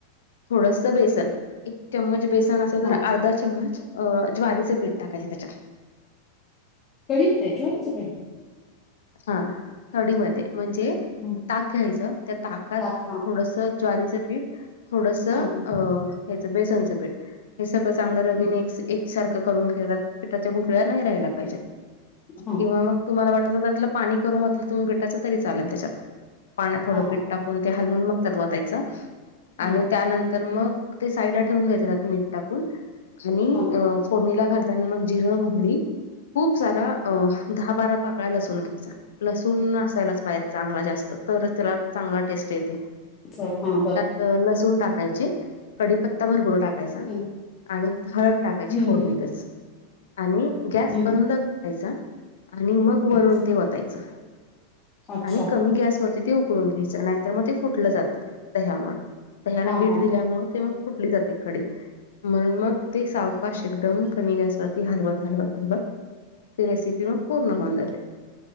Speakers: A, on the left; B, on the left.
A: थोडस बेसन एक चम्मच बेसन अस
B: हा
A: तर अर्धा चम्मच अ ज्वारीचं पीठ टाकायचं त्याच्या
B: कडी होठायची आमचं कडे
A: हा कडीमध्ये म्हणजे
B: हा
A: ताक घ्यायचं त्या ताकात
B: ताक हा
A: थोडस ज्वारीचं पीठ थोडस अ
B: हा हा
A: हच बेसनचं पीठ हे सगळं चांगलं रविने
B: हा
A: एकसारखं करून खेळतात पिठाच्या गुठल्यावर नाही राहाला पाहिजेत
B: हा
A: किंवा मग तुम्हाला वाट आपलं पाणी करून घलं तुम्ही बेटाचं तरी चालेल त्याच्यात पाण्यात थोडं
B: हा
A: पिट टाक ते हलवून मग वतायचं
B: हा
A: आणि
B: हा
A: त्यानंतर मग ते साईडला ठेवून द्यायच त्यात मीठ टाकून, आणि
B: हा
A: फोडणीला घाल त्यांना मग जिरं मोहरी खूप सारा अं धा बारा पाकळ्या लसून घ्यायचा लसूण असायलाच पाहिज चांगला जास्त तरच त्याला चांगला टेस्ट येते.
B: अच्छा हा बरं.
A: अं लसूण टाकायचे कडीपत्ता भरपूर टाकायचा
B: हं,
A: आणि हळद टाकायची
B: हं,
A: फोडणीतच
B: हं,
A: आणि गॅस
B: हं,
A: बंद
B: हं,
A: करायचा आणि मग वरून
B: हं.
A: ते वतायच
B: अच्छा
A: आणि कमी गॅस वरती ते उ कळून घ्यायचं नाहीतर मग ते फुटलं जातं दह्यामुळे दह्याला
B: हा
A: हीट
B: हा
A: दिल्यामुळे ते मग फुटली जाते कडी म्हणून मग ती सावकाश एकदम कमी गॅसवरती हलवत हलवत हलवत ते रेसिपी मग पूर्ण होऊन जात ते.